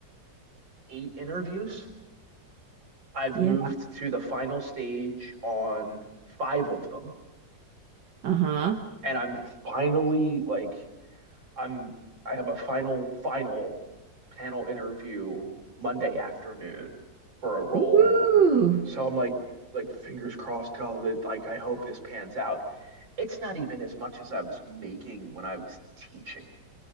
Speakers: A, on the right (about 90°); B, on the right (about 70°).
A: eight interviews. I've
B: Yeah.
A: moved to the final stage on five of them,
B: Uh huh.
A: and I'm finally like I'm I have a final final panel interview Monday afternoon for a role.
B: Woo.
A: So I'm like like fingers crossed oh that like I hope this pans out. It's not even as much as I was making when I was teaching.